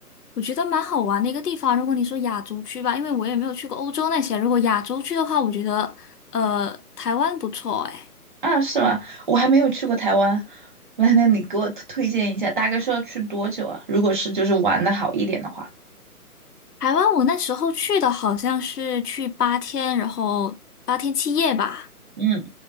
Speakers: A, on the left (about 80°); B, on the right (about 30°).
A: 我觉得蛮好玩的一个地方。如果你说亚洲区吧，因为我也没有去过欧洲那些。如果亚洲区的话，我觉得呃，台湾不错哎。
B: 啊，是吧？我还没有去过台湾，来，来，你给我推推荐一下，大概是要去多久啊？如果是就是玩的好一点的话，
A: 台湾我那时候去的好像是去八天，然后八天七夜吧。
B: 嗯，